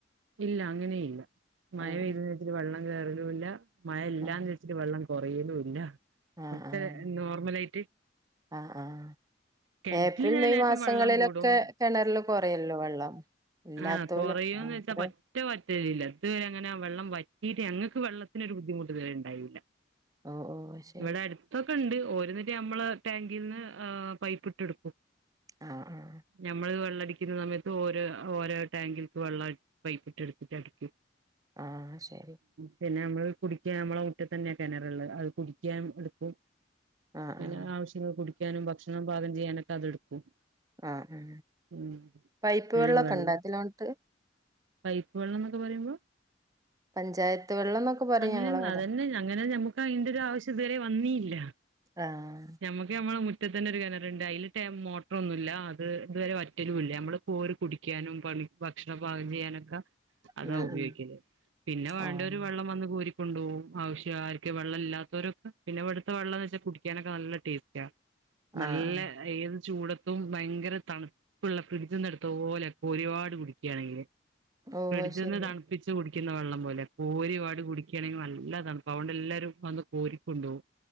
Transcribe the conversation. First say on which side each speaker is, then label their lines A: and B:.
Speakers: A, on the right; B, on the right.
A: ഇല്ല അങ്ങനെ ഇല്ല മഴ
B: ആഹ്
A: പെയ്തന്ന് വിചാരിച്ചിട്ട് വെള്ളം കേറലുവില്ല മഴ ഇല്ലാന്ന്
B: ആഹ്
A: വിചാരിച്ചിട്ട് വെള്ളം കൊറയലും ഇല്ല
B: ആഹ്
A: ഇവിടുത്തെ
B: ആഹ്
A: നോർമലായിട്ട്
B: ആഹ് ആഹ്
A: കെണറ്റിലിങ്ങനെ
B: ഏപ്രിൽ മെയ്
A: ലേശം
B: മാസങ്ങളിലൊക്കെ
A: വെള്ളം കൂടും
B: കെണറില് കുറയല്ലോ വെള്ളം ഇല്ലാത്തോല്
A: ആ കൊറയൂന്ന്
B: ആഹ്
A: വെച്ചാ
B: കൊറേ
A: പറ്റാ പറ്റലില്ല ഇതുവരെ അങ്ങനെ വെള്ളംവ റ്റീട്ട് ഞങ്ങൾക്ക് വെള്ളത്തിനൊരു ബുദ്ധിമുട്ട് ഇത് വരെണ്ടായില്ല
B: ഓഹ് ഓഹ് ശരി
A: ഇവിടെ അടുത്തൊ ക്കണ്ട് ഓര് ന്ന്‌ട്ട് നമ്മളെ ടാങ്കിന്ന് ആ പൈപ്പിട്ടെടുക്കും
B: ആഹ് ആഹ്
A: ഞമ്മള് വെള്ളടിക്കുന്ന സമയത്ത് ഓരോ ഓരോ ടാങ്കിൽക്ക് വെള്ളം പൈപ്പിട്ടെടുത്തിട്ടടക്കും
B: ആഹ് ശരി
A: പിന്നെ നമ്മള് കുടിക്കാൻ നമ്മളെ മുറ്റത്തന്നെ കിണറ്ള്ളെ അത് കുടിക്കാൻ എടുക്കും
B: ആഹ്
A: പിന്നെ
B: ആഹ്
A: ആവശ്യങ്ങൾ കുടിക്കാനും ഭക്ഷണം പാകം ചെയ്യാനൊക്കെ അതെടുക്കും
B: ആഹ് ആ
A: ഉം
B: പൈപ്പ്
A: അങ്ങനെ
B: വെള്ളൊക്കെണ്ട
A: വെള്ളം
B: അതിലോട്ട്
A: പൈപ്പ് വെള്ളന്നൊക്കെ പറയുമ്പോ
B: പഞ്ചായത്ത് വെള്ളംന്നൊക്കെ പറയും
A: അങ്ങനെ
B: ഞങ്ങളവിടെ
A: അതന്നെ അങ്ങനെ ഞമ്മുക്ക് അതിന്റെ ഒരാവശ്യം ഇതുവരെ വന്നീ ലാ
B: ആഹ്
A: ഞമ്മക്ക് ഞമ്മളെ മു മുറ്റത്തന്നെ ഒരു കിണറുണ്ട് അയ്ലെറ്റെ മോട്ടറോന്നുല്ല അത് ഇതുവരെ വറ്റലും ഇല്ല നമ്മള് പോ കുടിക്കാനും പണി ഭക്ഷണം പാകം ചെയ്യാനൊക്കെ അതാ
B: ഉം
A: ഉപയോഗിക്കല്
B: ഉം
A: പിന്നെ വേണ്ട
B: ആഹ്
A: വര് വെള്ളം വന്ന് കോരി കൊണ്ടു പോവും ആവശ്യം ആർക്ക് വെള്ളമല്ലാത്തവരൊക്കെ പിന്നെ വെടുത്ത വെള്ളന്ന് വെച്ചാൽ കുടിക്കാനൊക്കെ നല്ല ടേസ്റ്റാ നല്ല
B: ആഹ് ആഹ്
A: ഏത് ചൂടത്തും ഭയങ്കര തണുപ്പുള്ള ഫ്രിഡ്ജിന്ന് എടു ത്തോലെ കോരികാട് കുടിയ്ക്കാണെങ്കില്
B: ഓഹ്
A: ഫ്രിഡ്ജിന്ന്
B: ശരി
A: തണുപ്പിച്ച് കു ടിക്കുന്ന വെള്ളം പോലെ കോരിപാട് കുടിക്കുകയാണെങ്കിൽ നല്ലതൺപാ അതുകൊണ്ട് എല്ലാവരും വന്ന് കോരിക്കൊണ്ടോവും